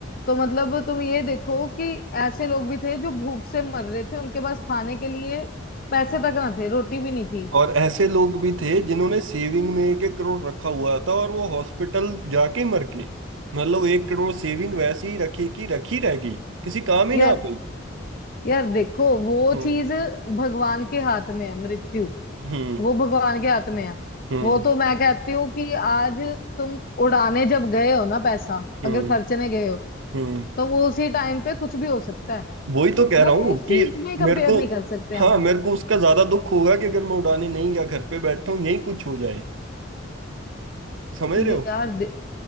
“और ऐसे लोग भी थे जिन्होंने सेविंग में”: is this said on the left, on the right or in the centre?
Right